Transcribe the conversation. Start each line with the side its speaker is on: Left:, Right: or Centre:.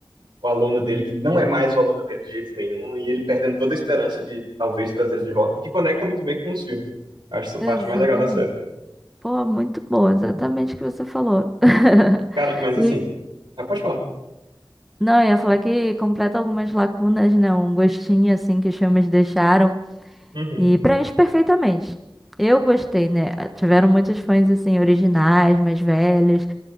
Right: o aluno dele, que não é mais o aluno dele de jeito nenhum, e ele perdendo toda a esperança de talvez trazer ele de volta, que conecta muito bem com os filmes. Acho essa
Centre: Exatamente.
Right: parte mais legal da série.
Centre: Pô, muito boa, exatamente o que você falou. <laughs>
Right: Cara, mas
Centre: E,
Right: assim. Ah, pode falar.
Centre: não, eu ia falar que completa algumas lacunas, né? Um gostinho, assim, que os filmes deixaram.
Right: Uhum.
Centre: E preenche perfeitamente. Eu gostei, né? Tiveram muitos fãs, assim, originais, mais velhos,